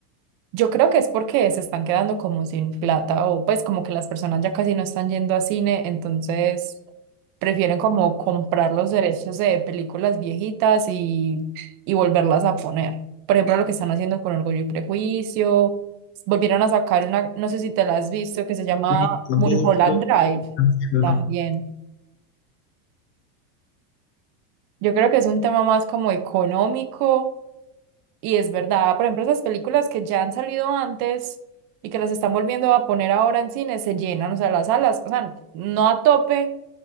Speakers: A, on the right; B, on the left.
A: Yo creo que es porque se están quedando como sin plata o pues como que las personas ya casi no están yendo a cine, entonces prefieren como comprar los derechos de películas viejitas y, y volverlas a poner. Por ejemplo, lo que están haciendo con Orgullo y Prejuicio, volvieron a sacar una, no sé si te la has visto, que se llama
B: Sí, con
A: Mulholland
B: todo, todo,
A: Drive
B: todo lo que están haciendo,
A: también.
B: ¿no?
A: Yo creo que es un tema más como económico Y es verdad, por ejemplo, esas películas que ya han salido antes y que las están volviendo a poner ahora en cine se llenan, o sea, las salas, o sea, no a tope,